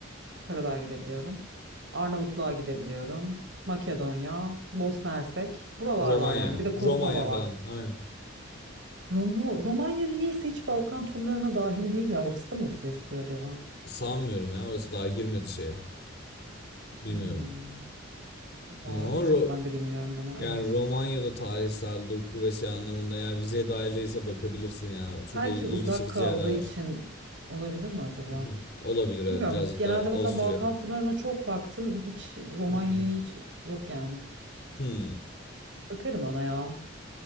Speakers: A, on the right; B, on the left.
A: Karadağ'a gidebiliyorum. Arnavutluğa gidebiliyorum. Makedonya, Bosna Hersek. Buralar
B: Romanya.
A: var yani. Bir de Kosova
B: Romanya falan.
A: var.
B: Aynen.
A: Romo, Romanya niyeyse hiç Balkan turlarına dahil değil ya. Orası da mı bize istiyor acaba?
B: Sanmıyorum ya. Orası daha girmedi şeye. Bilmiyorum.
A: Hmm,
B: Bilmiyorum
A: vallahi
B: ama Ro-
A: ben de bilmiyorum bunu.
B: Yani
A: Evet.
B: Romanya'da tarihsel doku ve şey anlamında eğer vizeye dahil değilse bakabilirsin ya. Çok
A: Belki
B: il-
A: uzak
B: ilgi çekici
A: kaldığı
B: yerler var.
A: için olabilir mi acaba?
B: <laughs> Olabilir evet.
A: Bilmiyorum.
B: Birazcık
A: Genelde
B: daha Avusturya.
A: mesela Balkan turlarına çok baktım. Hiç Romanya'ya
B: <laughs>
A: hiç yok yani.
B: Hmm,
A: Bakarım ona ya.